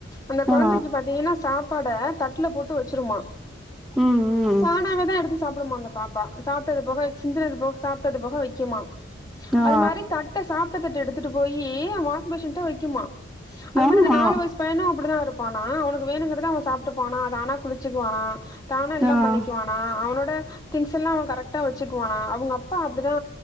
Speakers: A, on the left (about 20°); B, in the centre.
A: அந்த கொழந்தைக்கி
B: ஆ
A: பாத்தீங்கினா சாப்பாட தட்ல போட்டு வெச்சிருமா
B: ம் ம்
A: தானா அவந்தா எடுப் சாப்பிடுமா அந்தப் பாப்பா சாப்டது போக சிந்தனது போக சாப்டது போக வெக்குமா
B: ஆ
A: அது மாரித் தட் க்க சாப்ட தட்ட எடுத்துட்டு போயி வாஷ் பேசண்ட வெக்குமா அது
B: ஆமா
A: மாரி அந்த நாலு வயசுப் ஏ பையனு அப்டிதா இருப்பானா அவனுக்கு வேணுங்கறத அவ சாப்பிட்டுபானா தானா குளிச்சுக்குவானா தானா எல்லா
B: ஆ
A: பண்ணிக்குவானா அவனோட திங்ஸ் எல்லா அவ கரெக்ட்டா வெச்சுக்குவானா அவுங்க அப்பா அப்டிதா